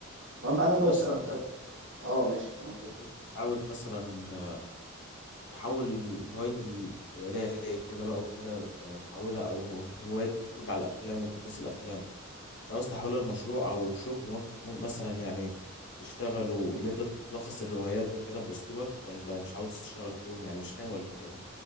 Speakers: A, on the right; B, on the left.
A: المهم أنا
B: طب
A: لو
B: يا اسطى
A: سألتك
B: انت
A: اه ماشي تمام
B: أنت مش عاوز مثلا تحول هواية القراية كده بقى وكده يعني تحولها أو هواية الفرجة على الأفلام وتقييس الأفلام مش عاوز تحولها لمشروع أو شغل ممكن مثلا يعني تشتغل واللي أنت تلخص الروايات وكده بأسلوبك ولا مش عاوز تشتغل فيهم يعني مش ناوي ولا إيه؟